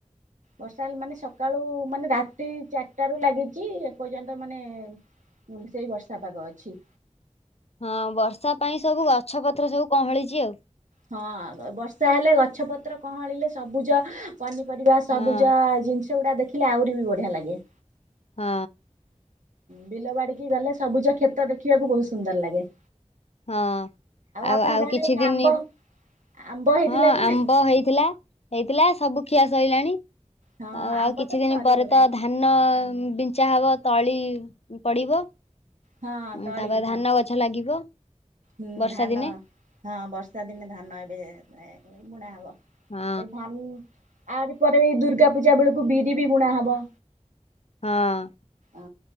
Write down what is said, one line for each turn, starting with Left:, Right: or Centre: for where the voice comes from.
Right: ବର୍ଷା ହେଇ ମାନେ ସକାଳୁ ମାନେ ରାତି ଚାରଟାରୁ ଲାଗିଚି ଏପର୍ଯ୍ୟନ୍ତ ମାନେ ଉଁ ବି ସେଇ ବର୍ଷା ପାଗ ଅଛି।
Left: ହଁ ବର୍ଷା ପାଇଁ ସବୁ ଗଛ ପତ୍ର ସବୁ କହଁଳିଚି ଆଉ।
Right: ହଁ ବର୍ଷା ହେଲେ ଗଛ ପତ୍ର କହଁଳିଲେ ସବୁଜ ପନିପରିବା ସବୁଜ
Left: ହଁ
Right: ଜିନିଷ ଗୁଡ଼ା ଦେଖିଲେ ଆହୁରି ବି ବଢ଼ିଆ ଲାଗେ।
Left: ହଁ
Right: ବିଲ ବାଡି଼କି ଗଲେ ସବୁଜ କ୍ଷେତ ଦେଖିବାକୁ ବୋହୁତ ସୁନ୍ଦର ଲାଗେ।
Left: ହଁ ଆଉ
Right: ଆପଣଙ୍କ
Left: ଆଉ
Right: ଆଡେ
Left: କିଛି ଦିନି
Right: ଆମ୍ବ ଆମ୍ବ ହେଇଥିଲା
Left: ହଁ
Right: କି
Left: ଆମ୍ବ
Right: ନାଇଁ?
Left: ହେଇଥିଲା ହେଇଥିଲା ସବୁ ଖିଆ ସଇଲାଣି
Right: ହଁ
Left: ଆଉ
Right: ଆମ୍ବ
Left: ଆଉ କିଛି
Right: ତ
Left: ଦିନି
Right: ସରିଗଲାଣି
Left: ପରେ ତ ଧାନ ବିଞ୍ଚା ହବ ତଳି ପଡ଼ିବ।
Right: ହଁ
Left: ଉଁ
Right: ତଳି
Left: ତା ପା ଧାନ
Right: ହଁ
Left: ଗଛ ଲାଗିବ।
Right: ହୁଁ
Left: ବର୍ଷା
Right: ଧାନ
Left: ଦିନେ
Right: ହଁ ବର୍ଷା ଦିନେ ଧାନ ଏବେ ଏ ବୁଣା ହବ।
Left: ହଁ
Right: ଏଇ ଧାନ୍ ଆରି ପରେ ଏଇ ଦୁର୍ଗା ପୂଜା ବେଳୁକୁ ବିରି ବି ବୁଣା ହବ।
Left: ହଁ।
Right: ହଁ